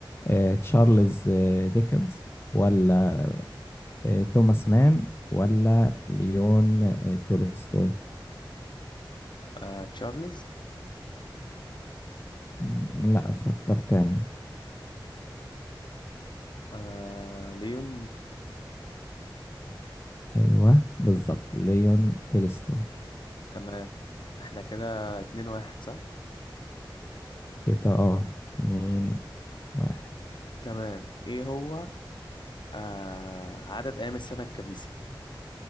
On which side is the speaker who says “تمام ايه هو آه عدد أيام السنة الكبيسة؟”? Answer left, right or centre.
Left